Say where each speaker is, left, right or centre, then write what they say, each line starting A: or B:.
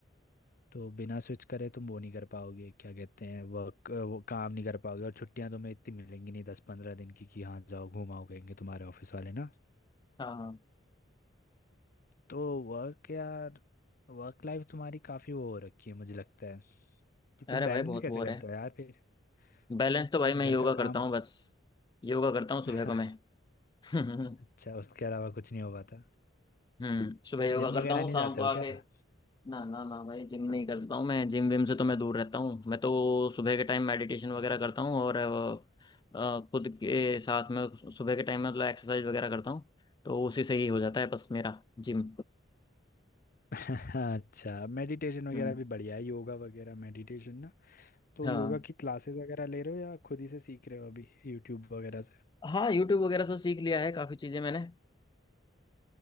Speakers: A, on the left (about 50°); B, on the left (about 25°).
A: तो बिना स्विच करे तुम वो नहीं कर पाओगे क्या कहते हैं वर्क वो काम नहीं कर पाओगे और छुट्टियां तुम्हें इतनी मिलेंगी नहीं दस पंद्रह दिन की कि हाँ जाओ घुमाओ कहेंगे तुम्हारे ऑफिस वाले ना
B: हाँ
A: तो वर्क यार वर्क लाइफ तुम्हारी काफी वो हो रखी है मुझे लगता है कि
B: अरे
A: तुम बैलेंस
B: भाई बहुत
A: कैसे
B: बोर
A: करते
B: है
A: हो यार फिर
B: बैलेंस
A: तुम अपना
B: तो भाई मैं
A: घर
B: योगा
A: का
B: करता
A: काम
B: हूँ बस योगा करता हूँ
A: <laughs>
B: सुबह को मैं <laughs>
A: अच्छा उसके अलावा कुछ नहीं हो पाता
B: हम्म सुबह योगा
A: जिम
B: करता
A: वगैरह
B: हूँ
A: नहीं
B: शाम
A: जाते
B: को
A: नहीं
B: आके
A: हो क्या <laughs>
B: ना ना ना भाई जिम नहीं करता हूँ मैं जिम विम से तो मैं दूर रहता हूँ मैं तो सुबह के टाइम मेडिटेशन वगैरह करता हूँ और अ, अ, खुद के साथ में सुबह के टाइम में मतलब एक्सरसाइज वगैरह करता हूँ तो उसी से ही हो जाता है बस मेरा जिम
A: पापा अच्छा मेडिटेशन वगैरह
B: हम्म
A: भी बढ़िया है योगा वगैरह मेडिटेशन ना तो
B: हाँ
A: योगा की क्लासेस वगैरह ले रहे हो या खुद ही से सीख रहे हो अभी यूट्यूब वगैरह से
B: हाँ यूट्यूब वगैरह से सीख लिया है काफी चीजें मैंने